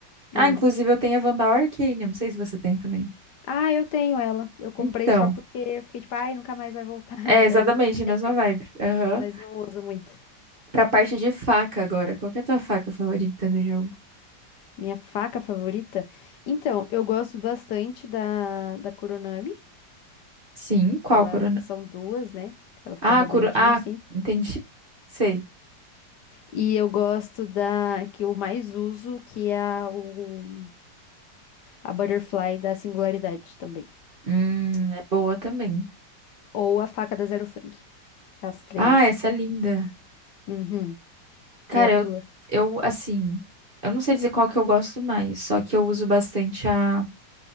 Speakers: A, on the left; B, on the right.
A: hum.
B: Ah, inclusive eu tenho a Vandal Arcane, eu não sei se você tem também.
A: Ah, eu tenho ela. Eu comprei
B: Então.
A: só porque eu fiquei tipo, ai, nunca mais vai voltar. <laughs>
B: É, exatamente,
A: Daí eu queria
B: a mesma
A: ter,
B: vibe. Aham.
A: mas não uso muito.
B: Pra parte de faca agora. Qual que é a tua faca favorita no jogo?
A: Minha faca favorita? Então, eu gosto bastante da, da Kuronami,
B: Sim, qual
A: que elas
B: corona?
A: são duas, né? Que ela fica
B: Ah,
A: rodandinho,
B: coro... Ah,
A: assim.
B: entendi. Sei.
A: E eu gosto da que eu mais uso, que é a, o, a Butterfly da Singularidade também.
B: Hum, é boa também.
A: Ou a faca da Zero Funk. É As três,
B: Ah,
A: assim.
B: essa é linda.
A: Uhum.
B: Cara,
A: E a tua?
B: eu, eu assim, eu não sei dizer qual que eu gosto mais, só que eu uso bastante a,